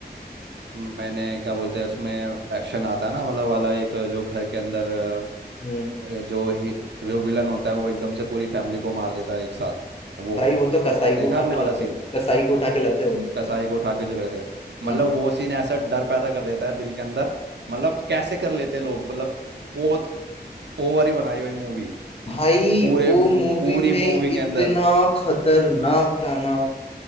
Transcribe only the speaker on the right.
मैंने क्या बोलते हैं उसमें एक्शन आता है ना मतलब वाला एक जो घर के अंदर अ,
जो ही जो विलन होता है वो एकदम से पूरी फैमिली को मार देता है एक साथ वो
देखा
आपने
वाला
सीन
कसाई को उठा के जो लगे थे मतलब
वो सीन ऐसा डर पैदा कर देता है दिल के अंदर मतलब कैसे कर लेते हैं लोग मतलब बहुत ओवर ही बनाई हुई मूवी
पूरे
मू-
पूरी
मूवी के
अंदर